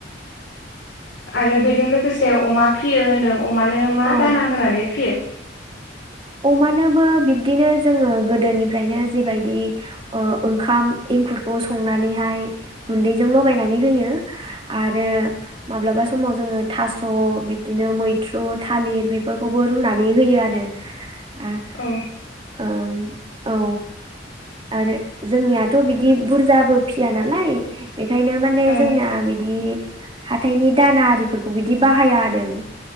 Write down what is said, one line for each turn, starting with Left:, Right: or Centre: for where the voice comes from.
Left: आरो
Right: उम
Left: बेजों लोगोसे अमा फियो होनदों अमानो मा
Right: औ
Left: दाना होनानै फियो
Right: अमानोबो बिब्दिनो जोङो गोदोनिफ्रायनो जेबायदि ओ ओंखाम एंखुरखौ संनानैहाय गुन्दैजों लगायनानै होयो आरो माब्लाबा समाव जोङो थास' बिब्दिनो मैथ्रु थालिर बेफोरखौबो रुनानै होयो आरो आ
Left: औ
Right: ओं औ आरो जोंनियाथ' बिदि बुरजाबो फिया नालाय बेखायनो माने
Left: औ
Right: जोंना बिदि हाथाइनि दाना आरिफोरखौ बिदि बाहाया आरो